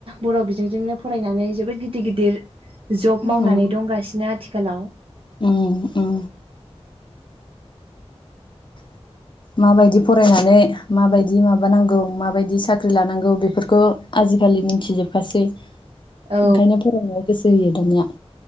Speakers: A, on the right; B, on the left.
A: बर' बिजोंजोंनो फरायनानै जोबोद गिदिर गिदिर जब मावनानै
B: उम
A: दंगासिनो आथिखालाव
B: उम उम माबायदि फरायनानै माबायदि माबानांगौ माबायदि साख्रि लानांगौ बेफोरखौ आजिखालि मिथिजोबखासै। ओंखायनो
A: औ
B: फरायनायाव गोसो जायो दानिया।